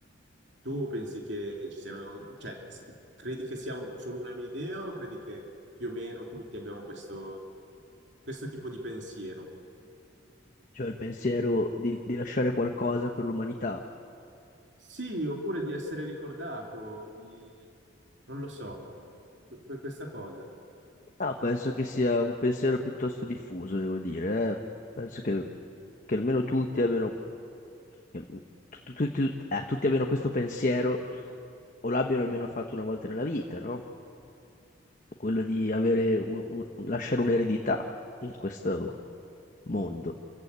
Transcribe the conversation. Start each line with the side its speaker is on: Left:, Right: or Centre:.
Right: Tu pensi che ci siano, cioè, s- credi che sia un- solo una mia idea o credi che più o meno tutti abbiamo questo, questo tipo di pensiero?
Left: Cioè il pensiero di, di lasciare qualcosa per l'umanità.
Right: Sì, oppure di essere ricordato, di... non lo so, que- per questa cosa.
Left: No, penso che sia un pensiero piuttosto diffuso, devo dire, eh. Penso che che almeno tutti abbiano che tu- tu- tu- eh, tutti abbiano questo pensiero o l'abbiano almeno fatto una volta nella vita, no? Quello di avere un- un- un- lasciare un'eredità in questo mondo,